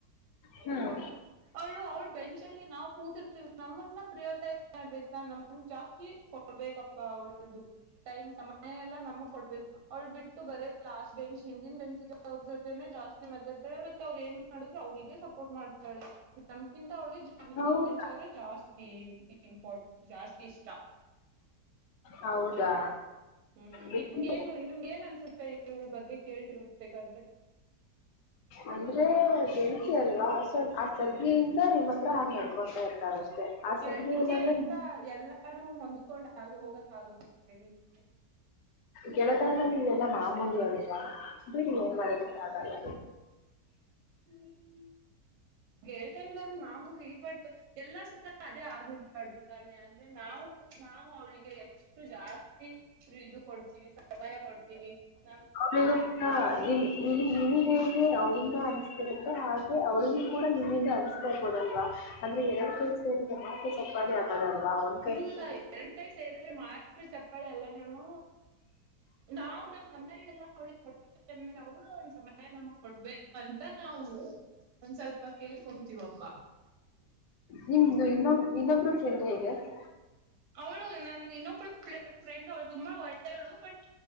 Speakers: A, on the left; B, on the right.
A: ಹ್ಮ್
B: ಅವ್ಳು ಅವಳ ಬೆಂಚ್ ಅಲ್ಲಿ ನಾವು ಕೂತಿರ್ತೀವಿ ನಮಮ್ಮನ್ನ ಪ್ರಿಯೋಟೈಸ್ ಮಾಡ್ಬೇಕಾ ನಮ ಜಾಸ್ತಿ ಕೊ ಕೊಡ್ಬೇಕಪ್ಪ ಅವ್ರ್ದು ಟೈಮ್ ಸಮಯ ಎಲ್ಲ ನಮಗ್ ಕೊಡ್ಬೇಕು ಅವ್ಳ ಬಿಟ್ಟು ಬರೇ ಲಾಸ್ಟ್ ಬೆಂಚ್ ಹಿಂದಿನ ಬೆಂಚ್ ಇದ ಅವ್ರ ಜೊತೆನೆ ಜಾಸ್ತಿ ಮಾತಾಡ್ತಳ ಮತ್ತೆ ಅವ್ರ ಏನ್ ಮಾಡುದ್ರೆ ಅವ್ರಿಗೆ ಸಪೋರ್ಟ್ ಮಾಡ್ತಾಳೆ ನಮ್ಕಿಂತ ಅವಳಿಗೆ ಜಾ ಹಿಂದಿನ
A: ಹೌದಾ
B: ಬೆಂಚ್ ಅವ್ರೆ ಜಾಸ್ತಿ ಇಂಪೋರ್ಟ್ ಜಾಸ್ತಿ ಇಷ್ಟಾ
A: ಹೌದಾ
B: ಹ್ಮ್
A: ಬಿಡಿ
B: ನಿಮ್ಗೆ ಏನು ನಿಮ್ಗೆ ಏನ್ ಅನ್ಸುತ್ತೆ ಇವಳ ಬಗ್ಗೆ ಕೇಳ್ತಿರಬೇಕಾದ್ರೆ
A: ಅಂದ್ರೆ ಗೆಳತಿ ಅಲ್ವಾ ಸೊ ಆ ಸಲಗಯಿಂದ ನಿಮ್ಮ ಹತ್ರ ಹಾಂಗ್ ನಡ್ಕೊಂತ ಇರ್ತಾಳ ಅಷ್ಟೇ ಆ
B: ಗೆಳತಿ
A: ಸಲಗೆ ಇಲ್ಲಾಂದ್ರೆ
B: ಅಂತ ಎಲ್ಲಾನು ಹೊಂದ್ಕೊಂಡ್ ಆಗ ಹೋಗಕಾಗುತ್ತ ಹೇಳಿ ನೀವೆ
A: ಗೆಳತನದಲ್ಲಿ ಇವೆಲ್ಲಾ ಮಾಮೂಲಿ ಅಲ್ವಾ ಬಿಡಿ ಏನ್ ಮಾಡದಕ್ಕೆ ಆಗಲ್ಲ
B: ಹ್ಮ್ ಗೆಳತನದಲ್ಲಿ ಮಾಮೂಲಿ ಬಟ್ ಎಲ್ಲ ಸುತ್ತ ಅದೇ ಆಗ್ಬಿಬರ್ದು ತಾನೆ ಅಂದ್ರೆ ನಾವು ನಾವು ಅವಳಿಗೆ ಇಷ್ಟು ಜಾಸ್ತಿ ಪ್ರಿ ಇದು ಕೊಡ್ತೀವಿ ಸಮಯ ಕೊಡ್ತೀವಿ ನಾ
A: ನೀವು ಕೂಡ ನಿನ್ ನಿನ್ಗ್ ನಿನ್ಗೆ ಹೇಗೆ ಅವಳಿಂದ ಅನ್ನಿಸ್ತಿರುತ್ತೆ ಹಾಗೆ ಅವಳಿಗೆ ಕೂಡ ನಿಮ್ಮಿಂದ ಅನಿಸ್ತಾ ಇರ್ಬೋದಲ್ವಾ ಅಂದ್ರೆ ಎರಡ್ ಕೈ ಸೇರಿದ ಮಾತ್ರ ಚಪ್ಪಾಳೆ ಆಗದಲ್ವಾ ಒನ್
B: ಇಲ್ಲ ಎರಡ್ ಕೈ ಸೇರಿದ್ರೆ ಮಾತ್ರ ಚಪ್ಪಾಳೆ ಎಲ್ಲ ನೀನು ನಾವು ನಮ್ ಸಮಯ ಎಲ್ಲ ಅವಳಿಗೆ ಕೊಡ್ತೀವಿ <unintelligible> ಸಮಯ ನಮಗ್ ಕೊಡ್ಬೇಕು ಅಂತ ನಾವ್ ಒಂದ್ ಸ್ವಲ್ಪ ಕೇಳ್ಕೊಂತಿವಪ್ಪ
A: ನಿಮ್ದು ಇನೊಂ <unintelligible>
B: ಅವ್ಳು ನನ್ ಇನ್ನೊಬ್ಳು ಪೆ ಫ್ರೆಂಡ್ ಅವಳು ತುಂಬಾ ಒಳ್ಳೆಳು ಬಟ್